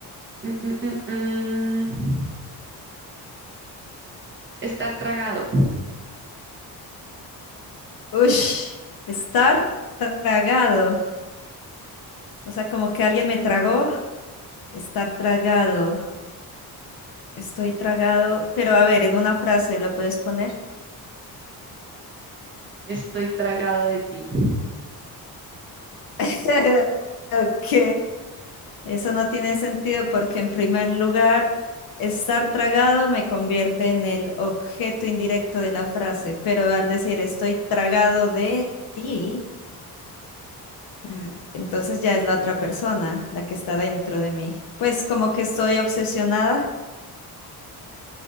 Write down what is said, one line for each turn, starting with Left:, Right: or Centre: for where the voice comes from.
Right: mm, mm, mm, mm. Estar tragado.
Left: Uy, estar tragado, o sea, como que alguien me tragó, estar tragado, estoy tragado, pero a ver, en una frase lo puedes poner.
Right: Estoy tragada de ti.
Left: <laughs> Ok. Eso no tiene sentido porque en primer lugar, estar tragado me convierte en el objeto indirecto de la frase, pero al decir estoy tragado de ti, tra- entonces ya es la otra persona la que está dentro de mí. Pues como que estoy obsesionada,